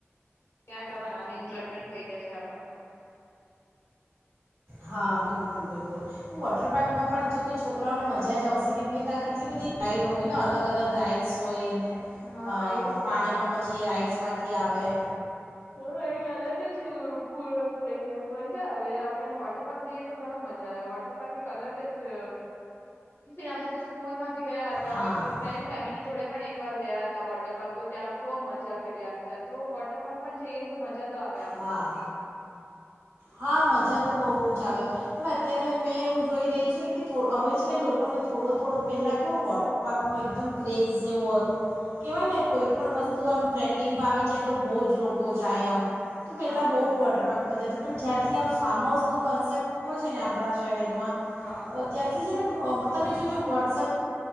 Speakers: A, on the left; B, on the right.
A: ત્યાં જવાના, અને એન્જોય. પણ થઈ, જશે આપણ.
B: હા, બિલકુલ બિલકુલ વોટર પાર્કમાં પણ જોકે છોકરાઓને, મજા જ આવશે કેમ કે, ત્યાં કેટલી બધી ગાઈડ હોય, ને અલગ અલગ રાઈડ્સ હોય ને.
A: હા
B: અ
A: એજ
B: પાણીમાં
A: ને
B: પછી, એ રાઈડ્સ માટે. અથી, આ આવેે.
A: હા, એક અલગ જ પૂર્વ થઈાય પછા હવે, આપણને વોટર પાર્ક જઈએ, તો ઘણ મજા આવે વોટર પાર્ક, એક અલગ જ ફર અમે તો સ્કૂલમાં. ગયા હતા,
B: હા
A: પછી ફ્રેન્ડ ફેમિલી જોડે પણ એકવાર ગયા, હતા વોટર પાર્ક તો ત્યાં બહુ મજા. જા કર્યા, હતા તો વોટર પાર્ક. પણ, જઈએ તો મજા. તો આવે આમ
B: હા,
A: તો
B: હા મજા તો બહ. જાવ પણ અત્યારે મેં એવું જોઈ ર્યું છે, ને કે થો હવે છે, ને લોકોને થોડો થોડો પહેલાં કેવો વોટર પાર્કનો એકદમ ક્રેઝ જેવું હતું કહેવાય ને કોઈ પણણ વસ્તુ આમ ટ્રેન્ડિંગમાં આવી જાય, તો બહુ જ લોકો જાય આમ. તો પેલા
A: હા
B: બઉુ
A: એ તો
B: વોટર પાર્કમાં, જતા પણ જ્યારથી આ. ફાર્મ હાઉસ નો કોન્સેપ્ટ એવો છે ને આપણા શહેરમાં.
A: હા
B: ત્યાારથી, જેને. તમે જોજો વોટ્સએપ